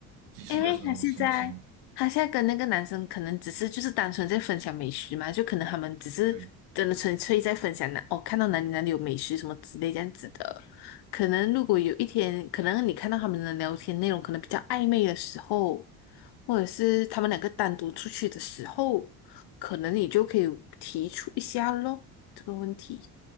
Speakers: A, on the right; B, on the left.
A: 及时的时候，
B: 因为他现在，
A: 什么时候？
B: 他现在跟那个男生可能只是就是单纯在分享美食嘛，就可能他们只是真的纯粹在分享那哦，
A: 对，
B: 看到哪里哪里有美食什么之类这样子的。可能如果有一天，可能你看到他们的聊天内容可能比较暧昧的时候，或者是他们两个单独出去的时候，可能你就可以提出一下咯，这个问题。